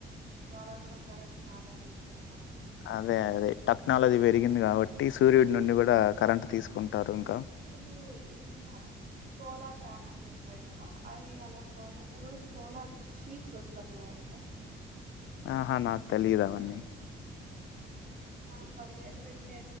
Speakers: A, on the right; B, on the left.
A: ద్వారా కూడా కరెంట్ ఆదా చేస్తున్నారు
B: అదే అదే టెక్నాలజీ పెరిగింది కాబట్టి సూర్యుడి నుండి కూడా కరెంట్ తీసుకుంటారు ఇంకా
A: ఇప్పుడు మీరు ఇది విన్నారా సోలార్ ప్యానెల్స్ వస్తాయి కదా అవి అలా కాకుండా సోలార్ షీట్స్ వస్తున్నాయంట
B: ఆహా నాకు తెలిదు అవన్నీ
A: మనం పదివేలు పెట్టే